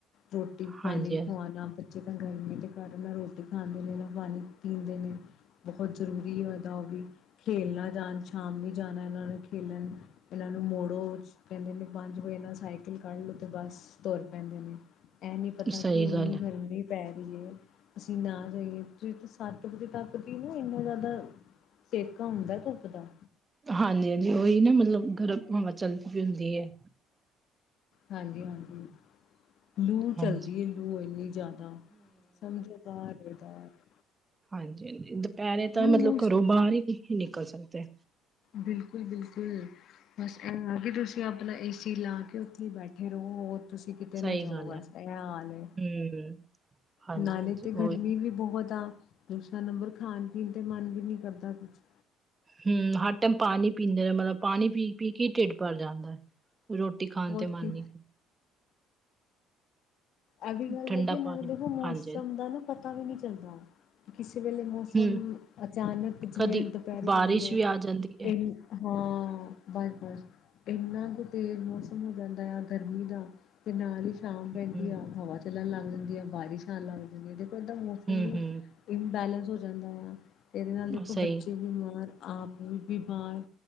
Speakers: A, on the left; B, on the right.
A: ਰੋਟੀ ਪਾਣੀ
B: ਹਾਂਜੀ ਹਾਂਜੀ
A: ਖਵਾਣਾ ਬੱਚੇ ਤਾਂ ਗਰਮੀ ਦੇ ਕਾਰਨ ਨਾ ਰੋ ਰੋਟੀ ਖਾਂਦੇ ਨੇ, ਨਾ ਪਾਣੀ ਪੀਂਦੇ ਨੇ ਬਹੁਤ ਜ਼ਰੂਰੀ ਹੋਏ ਦਾ ਉਹ ਵੀ ਖੇਲਣਾ ਜਾਣ ਸ਼ਾਮ ਨੂੰ ਹੀ ਜਾਣਾ ਇਹਨਾਂ ਨੇ ਖੇਲਣ ਪਹਿਲਾਂ ਇਹਨਾਂ ਨੂੰ ਮੋੜੋ ਕਹਿੰਦੇ ਨੇ ਪੰਜ ਵਜੇ ਨਾਲ ਸਾਈਕਲ ਕੱਢ ਲਓ ਤੇ ਬਸ ਤੁਰ ਪੈਂਦੇ ਨੇ। ਐਹ ਨੀ ਪਤਾ
B: ਸਹੀ
A: ਕਿ ਏਨੀ
B: ਗੱਲ ਹੈ।
A: ਗਰਮੀ ਪੈ ਰਹੀ ਏ। ਅਸੀਂ ਨਾ ਜਾਈਏ, ਸੂਰਜ ਸੱਤ ਵਜੇ ਤੱਕ ਵੀ ਨਾ ਇੰਨਾ ਜਿਆਦਾ ਸੇਕਾ ਹੁੰਦਾ ਧੁੱਪ ਦਾ
B: ਹਾਂਜੀ-ਹਾਂਜੀ, ਉਹੀ ਨਾ ਮਤਲਬ ਗਰਮ ਹਵਾ ਚੱਲਦੀ ਪਈ ਹੁੰਦੀ ਐ।
A: ਹਾਂਜੀ-ਹਾਂਜੀ। ਲੂ ਚਲਦੀ
B: ਹਾਂਜੀ
A: ਐ ਲੂ ਇੰਨੀ ਜ਼ਿਆਦਾ ਸਮਝੋ <unintelligible>
B: ਹਾਂਜੀ-ਹਾਂਜੀ ਦੁਪਹਿਰੇ ਤਾਂ
A: ਨਾਲੇ
B: ਮਤਲਬ
A: ਮੋਸ
B: ਘਰੋਂ ਬਾਹਰ ਹੀ ਨਈ ਨਿਕਲ ਸਕਦੇ।
A: ਬਿਲਕੁਲ-ਬਿਲਕੁਲ। ਬਸ ਐਹ ਆ ਕਿ ਤੁਸੀਂ ਆਪਣਾ ਏਸੀ ਲਾ ਕੇ ਉੱਥੇ ਹੀ ਬੈਠੇ ਰਹੋ ਹੋਰ? ਤੁਸੀਂ ਕਿਤੇ
B: ਸਹੀ
A: ਨਾ ਜਾਓ
B: ਗੱਲ
A: ਬਸ
B: ਹੈ।
A: ਇਹ ਹਾਲ ਐ,
B: ਹੂੰ ਹਾਂਜੀ
A: ਨਾਲੇ
B: ਹਾਂਜੀ
A: ਤੇ
B: ਉਹੀ
A: ਗਰਮੀ ਵੀ ਬਹੁਤ ਆ, ਦੂਸਰਾ ਨੰਬਰ ਖਾਣ-ਪੀਣ ਤੇ ਮਨ ਵੀ ਨੀ ਕਰਦਾ ਕੁਛ
B: ਹੂੰ, ਹਰ ਟਾਈਮ ਪਾਣੀ ਪੀਂਦੇ ਨੇ ਮਤਲਬ ਪਾਣੀ ਪੀ-ਪੀ ਕੇ ਢਿੱਡ ਭਰ ਜਾਂਦਾ, ਰੋਟ ਟੀ ਖਾਣ
A: ਹੋਰ
B: ਤੇ ਮਨ
A: ਕੀ
B: ਨੀ।
A: ਐਹ ਵੀ ਗੱਲ
B: ਠੰਡਾ
A: ਹੈਗੀ ਨਾਲੇ
B: ਪਾਣੀ
A: ਦੇਖੋ ਮੌਸਮ
B: ਹਾਂਜੀ ਹਾਂਜੀ
A: ਦਾ ਨਾ ਪਤਾ ਵੀ ਨੀ ਚੱਲਦਾ। ਕਿਸੇ ਵੇਲੇ ਮੌਸਮ
B: ਹੂੰ
A: ਅਚਾਨਕ ਜਿਵੇਂ
B: ਕਦੀ
A: ਦੁਪੈਰੇ
B: ਬਾਰਿਸ਼
A: ਮੰਨ ਲਓ
B: ਵੀ ਆ ਜਾਂਦੀ ਹੈ
A: ਇ ਹਾਂ, ਬਸ-ਬਸ ਏਨਾ ਕ ਤੇਜ਼ ਮੌਸਮ ਹੋ ਜਾਂਦਾ ਏ ਆ ਗਰਮੀ ਦਾ ਤੇ ਨਾਲ ਈ ਸ਼ਾਮ ਪੈਂਦੀ
B: ਹੂੰ
A: ਆ ਹਵਾ ਚੱਲਣ ਲੱਗ ਜਾਂਦੀ ਆ, ਬਾਰਿਸ਼ ਆਣ ਲੱਗ ਜਾਂਦੀ ਐ, ਦੇਖੋ ਏਦਾਂ ਮੌਸਮ
B: ਹੂੰ
A: ਵੀ
B: ਹੂੰ
A: ਇਮਬੈਲੈਂਸ ਹੋ ਜਾਂਦਾ ਏ ਆ, ਏਦੇ ਨਾਲ ਦੇਖੋ
B: ਸਹੀ
A: ਬੱਚੇ ਬਿਮਾਰ ਆਪ ਵੀ ਬਿਮਾਰ,